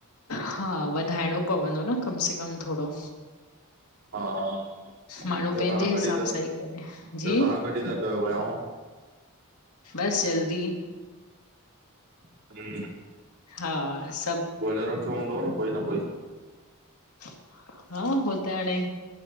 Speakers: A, on the left; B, on the right.
A: हा वधाइणो पवंदो न, कम से कम थोरो
B: हा, ॿियो
A: माण्हू पंहिंजे
B: तंहा
A: हिसाब
B: कॾहिं ता,
A: सां ई करे। जी,
B: ॿियो तहां कॾहिं था कयो वियाऊं?
A: बस जल्दी
B: हम <unintelligible>
A: हा--स
B: गोो़ले रखियो हूंदोव न कोई न कोई
A: हा हो त हाणे,